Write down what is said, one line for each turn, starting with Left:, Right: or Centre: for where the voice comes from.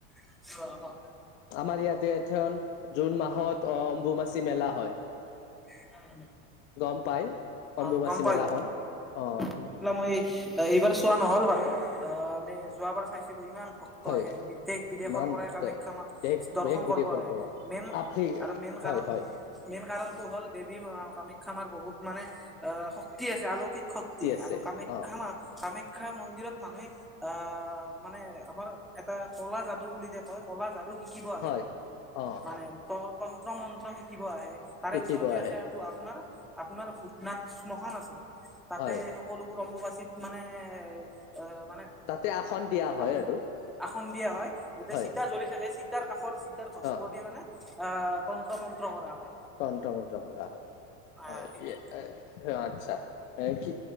Centre: <unintelligible>
Left: আমাৰ ইয়াতে <unintelligible> জুন মাহত অ, অম্বুমাচি মেলা হয়।
Centre: <unintelligible>
Left: গম পাই! অম্বুবাচী
Centre: অ, গম পাই,
Left: মেলাখন
Centre: গম
Left: অ
Centre: <unintelligible> মই এইবাৰ চোৱা নহ'ল বাৰু! অ', এনে যোৱাবাৰ চাইছিলো, ইমান ভক্ত
Left: হয়
Centre: আহে, বি দেশ-বিদেশৰ
Left: ইমান
Centre: পৰাই
Left: ভক্তে
Centre: কামাখ্যা মাক
Left: দেশ
Centre: দৰ্শন
Left: দেশ বিদেশৰ
Centre: কৰিব আহে।
Left: পৰা
Centre: মেইন
Left: আফ্ৰি
Centre: আৰু মেইন
Left: হয়
Centre: কাৰণ
Left: হয়
Centre: মেইন কাৰণটো হ'ল দেৱী কামাখ্যা মাৰ বহুত মানে অ, শক্তি আছে, আলৌকিক শক্তি
Left: আছে
Centre: আৰু কামাখ্যা
Left: অ
Centre: মা, কামাখ্যা মন্দিৰত মানুহে আহ, মানে আমাৰ এটা কলা যাদু বুলি যে কয় কলা যাদু শিকিব আহে,
Left: হয় অ
Centre: মানে
Left: অ
Centre: ত তন্ত্ৰ-মন্ত্ৰ শিকিব আহে। তাৰে
Left: শিকিব
Centre: ওচৰতে
Left: আহে
Centre: আছে আৰু আপোনাৰ- আপোনাৰ শ্মশান আছে। তাতে
Left: হয়
Centre: সকলোবোৰ অম্ববাচীত মানে, অ, মানে
Left: তাতে আসন দিয়া হয়
Centre: আপ
Left: আৰু।
Centre: আসন দিয়া হয়, যাতে
Left: হয়
Centre: চিতা জ্বলি থাকে, চিতাৰ কাষৰ চিতাৰ ভস্ম
Left: অ
Centre: দি মানে আহ, তন্ত্ৰ-মন্ত্ৰ কৰা হয়।
Left: তন্ত্ৰ-মন্ত্ৰ কৰা হয়,
Centre: আহ
Left: হয়।
Centre: সেই
Left: আচ্ছা! কি